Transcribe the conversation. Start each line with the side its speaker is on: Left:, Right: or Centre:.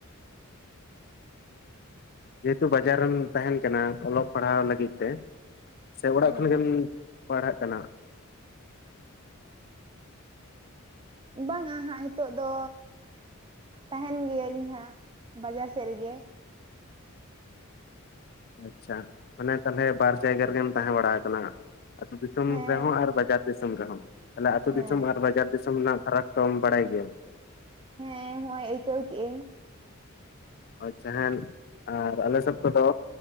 Left: ᱡᱮ ᱦᱮᱛᱩ ᱵᱟᱡᱟᱨ ᱨᱮᱢ ᱛᱟᱦᱮᱱ ᱠᱟᱱᱟ ᱚᱞᱚᱜ ᱯᱟᱲᱦᱟᱣ ᱞᱟᱹᱜᱤᱫ ᱛᱮ ᱥᱮ ᱚᱲᱟᱜ
Right: ᱦᱩᱸ
Left: ᱠᱷᱚᱱ ᱜᱮᱢ ᱯᱟᱲᱦᱟᱜ ᱠᱟᱱᱟ
Right: ᱵᱟᱝ ᱟ ᱦᱟᱸᱜ ᱱᱤᱛᱚᱜ ᱫᱚ ᱛᱟᱦᱮᱸᱱ ᱜᱮᱭᱟᱹᱧ ᱤᱧ ᱦᱟᱸᱜ ᱵᱟᱡᱟᱨ ᱥᱮᱫ ᱨᱮᱜᱮ
Left: ᱟᱪᱪᱷᱟ ᱚᱱᱮ ᱛᱟᱦᱚᱞᱮ ᱵᱟᱨ ᱡᱟᱭᱜᱟ ᱨᱮᱜᱮᱢ ᱛᱟᱦᱮᱸ ᱵᱟᱲᱟ ᱟᱠᱟᱱᱟ ᱦᱟᱸᱜ ᱟᱹᱛᱩ ᱫᱤᱥᱚᱢ
Right: ᱦᱮᱸ
Left: ᱨᱮᱦᱚᱸ ᱟᱨ ᱵᱟᱡᱟᱨ ᱫᱤᱥᱚᱢ ᱨᱮᱦᱚᱸ ᱛᱟᱦᱚᱞᱮ ᱟᱹᱛᱳ
Right: ᱦᱮᱸ
Left: ᱫᱤᱥᱚᱢ ᱟᱨ ᱵᱟᱡᱟᱨ ᱫᱤᱥᱚᱢ ᱨᱮᱱᱟᱜ ᱯᱷᱟᱨᱟᱠ ᱥᱚᱢ ᱵᱟᱲᱟᱭ ᱜᱮᱭᱟᱢ
Right: ᱦᱮᱸ ᱦᱚᱸᱜᱼᱚᱭ ᱟᱹᱭᱠᱟᱹᱣ ᱠᱮᱫ ᱟᱹᱧ
Left: ᱟᱪᱪᱷᱟ ᱦᱮᱸ ᱟᱨ ᱟᱞᱮ ᱥᱮᱫ ᱠᱚᱫᱚ